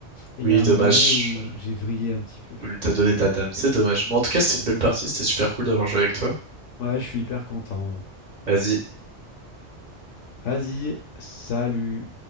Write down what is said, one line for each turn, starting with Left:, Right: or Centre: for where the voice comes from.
Left: Et
Right: oui,
Left: il y a un moment
Right: dommage.
Left: donné où
Right: Je
Left: j'ai vrillé un petit peu.
Right: voulais t'a donné ta dame. C'est dommage. Mais en tout cas, c'était une belle partie. C'était super cool d'avoir joué avec toi.
Left: Ouais, je suis hyper content.
Right: Vas-y,
Left: Vas-y, salut.